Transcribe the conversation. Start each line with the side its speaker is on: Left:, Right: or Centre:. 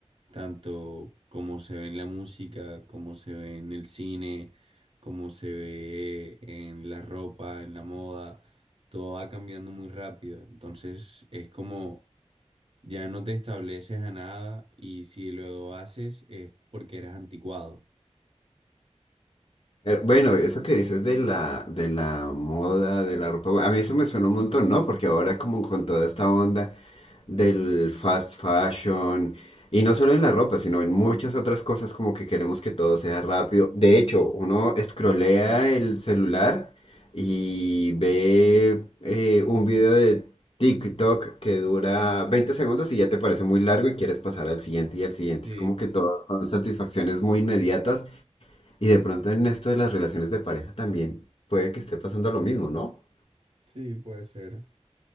Right: tanto como se ve en la música, como se ve en el cine, como se ve en la ropa, en la moda, todo va cambiando muy rápido. Entonces es como ya no te estableces a nada y si lo haces es porque eres anticuado.
Left: Eh, Bueno, eso que dices de la, de la moda, de la ropa, a mí eso me suena un montón, ¿no? Porque ahora como con toda esta onda del fast fashion, y no solo en la ropa, sino en muchas otras cosas como que queremos que todo sea rápido. De hecho, uno escrolea el celular y ve eh, un video de TikTok que dura 20 segundos y ya te parece muy largo y quieres pasar al siguiente y al siguiente.
Right: Sí,
Left: Es como que todo son satisfacciones muy inmediatas y de pronto en esto de las relaciones de pareja también puede que esté pasando lo mismo, ¿no?
Right: sí, puede ser.